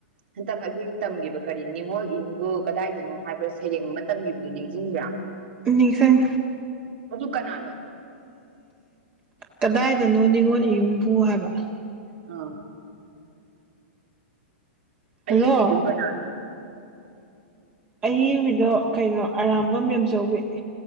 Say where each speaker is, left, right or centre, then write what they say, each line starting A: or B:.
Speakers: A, on the right; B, on the right.
A: ꯍꯟꯇꯛ ꯑꯩꯈꯣꯏꯒꯤ ꯇꯝꯒꯤꯕ ꯀꯔꯤ ꯅꯤꯡꯉꯣꯜ ꯏꯌꯨꯝꯕꯨ ꯀꯗꯥꯏꯗꯅꯣ ꯍꯥꯏꯕ ꯁꯩꯔꯦꯡ ꯑꯃ ꯇꯝꯈꯤꯕꯗꯨꯣ ꯅꯤꯡꯁꯤꯡꯕ꯭ꯔꯥ
B: ꯅꯤꯁꯡ
A: ꯑꯗꯨ ꯀꯅꯥ
B: ꯀꯗꯥꯏꯗꯅꯣ ꯅꯤꯡꯉꯣꯜ ꯏꯌꯨꯝꯕꯨ ꯍꯥꯏꯕ
A: ꯑ
B: ꯍꯜꯂꯣ
A: ꯑꯏꯕꯤꯗꯨ ꯀꯅꯥꯅꯣ
B: ꯑꯏꯕꯤꯗꯣ ꯀꯩꯅꯣ ꯑꯔꯥꯝꯕꯝ ꯃꯦꯝꯆꯧꯕꯤ